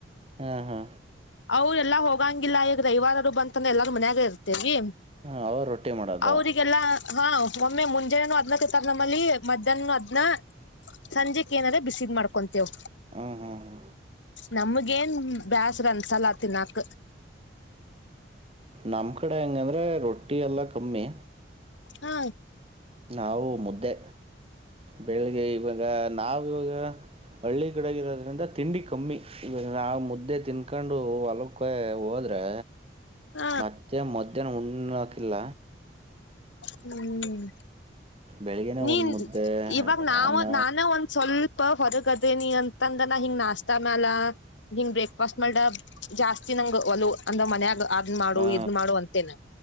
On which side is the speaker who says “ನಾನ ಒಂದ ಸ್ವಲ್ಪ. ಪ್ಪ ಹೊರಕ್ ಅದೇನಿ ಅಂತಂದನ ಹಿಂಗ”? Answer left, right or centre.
Left